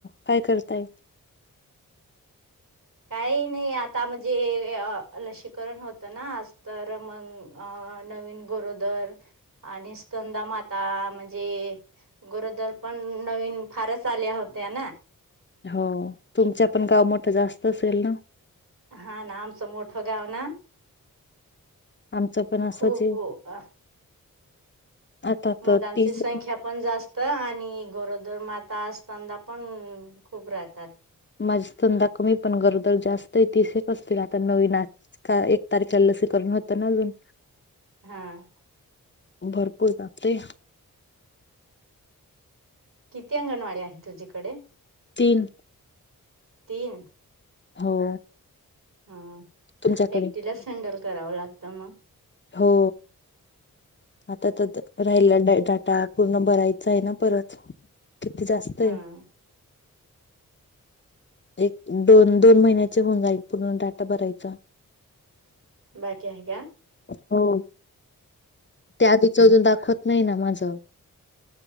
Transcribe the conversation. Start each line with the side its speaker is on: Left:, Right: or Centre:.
Left: काय करताये.
Right: काही नाही आता म्हणजे अ लसीकरण होतं ना आज तर मग अं नवीन गरोदर आणि स्कंदा माता म्हणजे गरोदर पण नवीन फारच आल्या होत्या ना.
Left: हो तुमच्या पण गाव मोठं जास्त असेल ना.
Right: हा ना आमच मोठ गाव ना
Left: आमचं पण असंच
Right: खूप
Left: आहे
Right: अ
Left: आता
Right: मुलांची
Left: तर तीस
Right: संख्या पण जास्त आणि गरोदर माता आस्पंदा पण खूप राहतात.
Left: मा आस्कंदा कमी पण गरोदर जास्त आहे. तिशेक असतील आता नवीन आज एक तारखेला लसीकरण होतं ना अजून.
Right: हम्म
Left: भरपूर जाते
Right: किती अंगणवाडी आहे तुझीकडे
Left: तीन
Right: तीन
Left: हो
Right: ह
Left: तुमच्याकडे
Right: एकटीलाच हँडल करावं लागतं मग
Left: हो आता त द राहिला ड डाटा पूर्ण बरायचा आहे ना परत किती जास्त आहे.
Right: हा
Left: एक दोन दोन महिन्याचे होऊन जाईल पूर्ण डाटा भरायचा.
Right: बाकी हाय क्या
Left: हो त्या <unintelligible> दाखवत नइना माझ